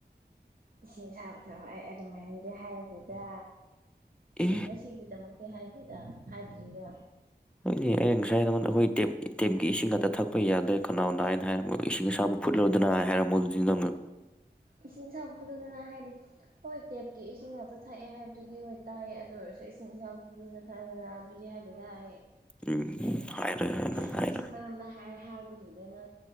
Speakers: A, on the right; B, in the centre.
A: ꯏꯁꯤꯡ ꯁꯕ ꯊꯕ ꯑꯩ ꯑꯗꯨꯃꯥꯏꯅꯗꯤ ꯍꯥꯏꯗꯨꯗ
B: ꯑꯦ
A: ꯉꯁꯤꯒꯤꯗꯃꯛꯇꯤ ꯍꯥꯏꯦꯗ ꯍꯥꯏꯗ꯭ꯔꯤꯗ
B: ꯍꯣꯏꯅꯦ ꯑꯩꯅ ꯉꯁꯥꯏ ꯅꯉꯣꯟꯗ ꯑꯩꯈꯣꯏ ꯇꯦꯞꯀꯤ ꯏꯁꯤꯡ ꯈꯥꯛꯛꯇ ꯊꯛꯄ ꯌꯥꯗ꯭ꯔꯦ ꯀꯅꯥꯣ ꯍꯥꯏꯩꯅ ꯍꯥꯏꯔ ꯏꯁꯤꯡ ꯑꯁꯥꯕ ꯀꯨ ꯐꯨꯠ ꯂꯧꯗꯨꯅꯥ ꯍꯦꯔꯝꯣ ꯑꯗꯨꯗꯤꯅ ꯇꯉ
A: ꯏꯁꯤꯡ ꯁꯕ ꯐꯨꯠꯂꯨꯗꯅ ꯍꯥꯏꯗꯤ ꯍꯣꯏ ꯇꯦꯞꯀꯤ ꯏꯁꯤꯡ ꯉꯥꯛꯇ ꯊꯛꯑꯦ ꯍꯥꯏꯕ ꯑꯗꯨꯗꯤ ꯍꯣꯏ ꯇꯥꯏ ꯑꯗꯨ ꯑꯣꯏꯔꯁꯨ ꯏꯁꯤꯡ ꯏꯆꯥꯎ ꯐꯂꯒ ꯊꯛꯗꯅ ꯑꯗꯨꯗꯤ ꯍꯥꯏꯗꯤ ꯇꯔ
B: ꯎꯝ ꯍꯥꯏꯔꯣꯏ ꯍꯥꯏ ꯅꯪ
A: ꯏꯁꯤꯡ
B: ꯍꯥꯏꯔꯣꯏ
A: ꯏꯁꯤꯡ ꯃꯔꯝꯅ ꯍꯥꯏꯕꯗꯨꯗꯅ